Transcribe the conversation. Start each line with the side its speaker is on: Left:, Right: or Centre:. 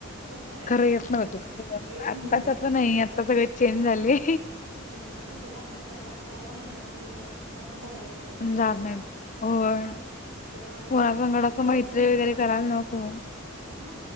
Right: मग काय
Left: खरं येत नव्हत
Right: मी येत
Left: आता
Right: नव्हती
Left: तसं नाही आता सगळे चेंज झाले.
Right: आता घरात जरा बाहेर जाव खेळायला म्हणत. का तर मुलं जात नाही का तर मोबाईल पाहिजे असतो
Left: जात
Right: यांना.
Left: नाहीत होय.
Right: जरा आई
Left: कोणासंगड असं
Right: वडलांनी
Left: मैत्री वगैरे करायला नको.
Right: हा